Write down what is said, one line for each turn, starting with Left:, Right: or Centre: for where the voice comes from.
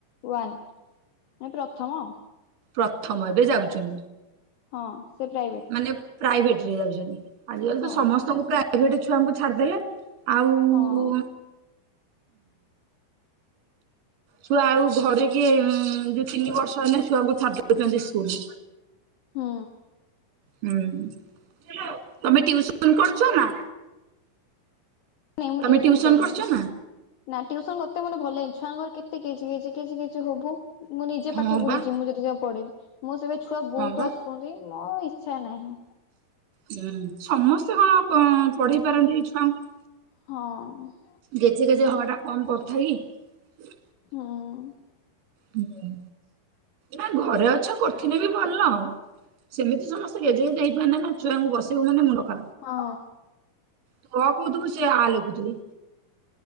Left: ୱାନ। ଏ ପ୍ରଥମ ଅ।
Right: ପ୍ରଥମ ଏବେ ଯାଉଛନ୍ତି।
Left: ହଁ ସେ ପ୍ରାଇଭେଟ।
Right: ମାନେ ପ୍ରାଇଭେଟ ରେ ଯାଉଛନ୍ତି ଆଜି କାଲି
Left: ହଁ
Right: ତ ସମସ୍ତଙ୍କୁ ପ୍ରାଇଭେଟ ଛୁଆଙ୍କୁ ଛାଡିଦେଲେ। ଆଉ
Left: ହଁ <inaudible>
Right: ଛୁଆ ଆଉ ଘରେ କିଏ ଯୋଉ ତିନି ବର୍ଷ ହେନେ ଛୁଆକୁ ଛାଡି ଦଉଛନ୍ତି ସ୍କୁଲ।
Left: ହୁଁ।
Right: ହୁଁ ତମେ ଟିଉସନ କରୁଛ ନା?
Left: ନାଇଁ ମୁଁ
Right: ତମେ
Left: ଟିଉସନ କରୁନି
Right: କରୁଛ ନା
Left: ନା ଟିଉସନ କରତେ ମତେ ଭଲ ଲାଗେନି। ଛୁଆଙ୍କର କେତେ କିଛି କେଚି କିଚି କିଚି ହବୁ ମୁଁ ନିଜେ
Right: ହଁ
Left: ପାଠ ଭୁଲି
Right: ବା
Left: ଯିବି ମୁଁ ଯଦି ଯା ପଢେଇଵି। ମୁଁ ସେବେ ଛୁଆ ବହୁତ
Right: ହଁ ବା
Left: ଆସୁଛନ୍ତି ମୋ ଆଉ ଇଚ୍ଛା ନାହିଁ।
Right: ହୁଁ ସମସ୍ତେ କଣ ପଁ ପଢେଇ ପାରନ୍ତି ଏଇ ଛୁଆଙ୍କୁ।
Left: ହଁ।
Right: ଗେଜେ ଗେଜେ ହବା ଟା କମ୍ କଥା କି।
Left: ହଁ।
Right: ହୁଁ ନା ଘରେ ଅଛ କରିିଥିନେ ବି ଭଲ ସେମିତି ସମସ୍ତେ ଗେଜେ ଗେଜେ ହେଇପରନେନା ଛୁଆଙ୍କୁ ବସେଇବୁ ମାନେ ମୁଣ୍ଡ ଖ
Left: ହଁ।
Right: ତୁ ଅ କଉଥିବୁ ସେ ଆ ଲେଖୁଥିବେ।